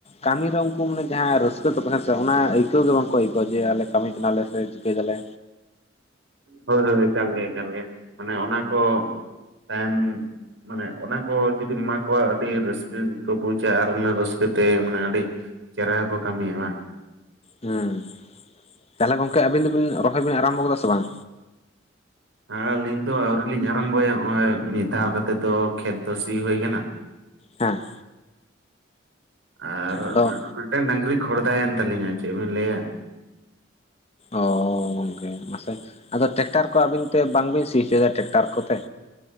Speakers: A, on the left; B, on the right.
A: ᱠᱟᱹᱢᱤᱤᱨ ᱨᱮ ᱩᱱᱠᱩ ᱢᱟᱱᱮ ᱡᱟᱦᱟᱸ ᱨᱟᱹᱥᱠᱟᱹ ᱠᱚ ᱛᱟᱦᱮᱱ ᱥᱮ ᱚᱱᱟ ᱟᱹᱭᱠᱟᱹᱣ ᱜᱮ ᱵᱟᱝᱠᱚ ᱟᱹᱭᱠᱟᱹᱣᱟ ᱡᱮ ᱟᱞᱮ ᱠᱟᱹᱢᱤ ᱠᱟᱱᱟᱞᱮ ᱥᱮ ᱪᱤᱠᱟᱹᱭ ᱫᱟᱞᱮ᱾
B: ᱦᱳᱭ ᱦᱳᱭ ᱮᱠᱟᱞ ᱜᱮ ᱮᱠᱟᱞ ᱜᱮ ᱢᱟᱱᱮ ᱚᱱᱟ ᱠᱚ ᱛᱟᱦᱮᱱ᱾ ᱢᱟᱱᱮ ᱚᱱᱟ ᱠᱚ ᱡᱩᱫᱤᱢ ᱮᱢᱟ ᱠᱚᱣᱟ ᱟᱹᱰᱤ ᱨᱟᱹᱥᱠᱟᱹ ᱠᱚ ᱵᱩᱡᱟ ᱟᱨ ᱤᱱᱟ ᱨᱟᱹᱥᱠᱟᱹᱛᱮ ᱢᱟᱱᱮ ᱟᱹᱰᱤ ᱪᱚᱦᱮᱨᱟ ᱜᱮ ᱠᱚ ᱠᱟᱹᱢᱤᱭᱟ ᱵᱟᱝ᱾
A: ᱦᱮᱸ ᱛᱟᱦᱚᱞᱮ ᱜᱚᱝᱠᱮ ᱟᱵᱤᱱ ᱫᱚ ᱵᱤᱱ ᱨᱚᱦᱚᱭ ᱵᱮᱱ ᱟᱨᱚᱢᱵᱚ ᱟᱠᱟᱫᱟ ᱥᱮ ᱵᱟᱝ?
B: ᱟᱹᱞᱤᱧ ᱫᱚ ᱟᱹᱣᱨᱤ ᱞᱤᱧ ᱟᱨᱟᱢᱵᱚᱭᱟ ᱦᱚᱼᱚᱭ ᱢᱤᱫ ᱫᱷᱟᱣ ᱠᱟᱛᱮᱜ ᱫᱚ ᱠᱷᱮᱛ ᱫᱚ ᱥᱤ ᱦᱩᱭ ᱟᱠᱟᱱᱟ ᱾
A: ᱦᱮᱸ ᱾
B: ᱟᱨ
A: ᱫᱚ
B: ᱢᱤᱫᱴᱮᱱ ᱰᱟᱝᱨᱤ ᱠᱷᱚᱲᱫᱟᱭᱮᱱ ᱛᱟ. ᱞᱤᱧᱟᱭ ᱪᱮᱫ ᱵᱮᱱ ᱞᱟᱹᱭᱟ ᱾
A: ᱚ ᱜᱚᱝᱠᱮ ᱢᱟᱥᱮ ᱟᱫᱚ ᱴᱮᱠᱴᱟᱨ ᱠᱚ ᱟᱵᱤᱱ ᱛᱮ ᱵᱟᱝ ᱵᱤᱱ ᱥᱤ ᱦᱚᱪᱚᱭᱮᱫᱟ ᱴᱮᱠᱴᱟᱨ ᱠᱚᱛᱮ?